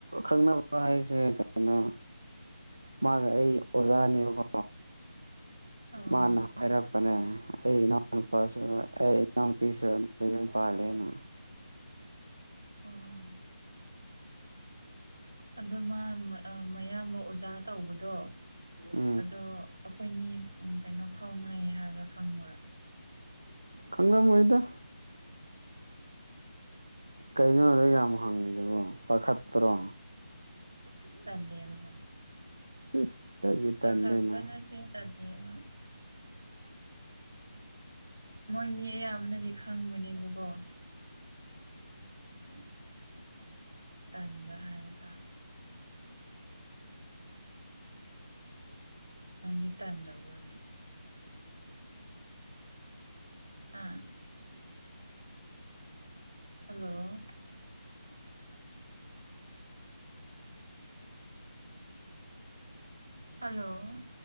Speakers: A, on the right (about 80°); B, on the right (about 70°).
A: ꯈꯪꯅꯕ ꯍꯥꯏꯁꯦ ꯀꯩꯅꯣ ꯃꯥꯒ ꯑꯩ ꯑꯣꯖꯥꯅꯦꯕꯒꯣ
B: ꯑꯥ
A: ꯃꯥꯅ ꯍꯥꯏꯔꯛꯄꯅꯦ ꯑꯩ ꯏꯅꯥꯎ ꯅꯨꯄꯥꯁꯨ ꯑꯩ ꯏꯅꯥꯎ ꯅꯨꯄꯤꯁꯨ ꯑꯗꯨ ꯗ ꯌꯨꯝ ꯄꯥꯜꯂꯦꯅ
B: ꯎꯝ ꯑꯗꯣ ꯃꯥ ꯑ ꯃꯌꯥꯝꯕ ꯑꯣꯖꯥ ꯇꯧꯕꯗꯣ
A: ꯎꯝ
B: ꯑꯗꯣ ꯑꯈꯣꯏꯅꯤ ꯎꯝ ꯀꯩꯅꯣ ꯐꯥꯎꯅꯩ ꯍꯥꯏꯕꯗꯣ ꯈꯪꯃꯔꯥ
A: ꯈꯪ ꯂꯝꯃꯣꯏꯗ ꯀꯩꯅꯣ ꯑꯗꯣ ꯌꯥꯝ ꯍꯪꯉꯤꯗꯨꯕꯣ ꯄꯥꯈꯠꯄ꯭ꯔꯣ
B: ꯇꯜꯂꯦꯕ
A: ꯁꯤꯁ ꯀꯩꯒꯤ
B: ꯄꯥꯈꯠꯄ
A: ꯇꯟꯗꯣꯏꯅꯣ
B: ꯅꯠꯇꯦ ꯇꯜꯂꯦꯕ ꯃꯣꯏ ꯃꯤ ꯑꯌꯥꯝꯕꯅꯗꯤ ꯈꯪꯕꯅꯦꯕꯀꯣ ꯑꯗꯨ ꯇꯟꯕ ꯍꯥꯏꯕ ꯇꯥꯔꯦ ꯅꯪꯗꯤ ꯇꯟꯗꯕ꯭ꯔꯣꯅꯦ ꯑꯥ ꯍꯜꯂꯣ ꯍꯜꯂꯣ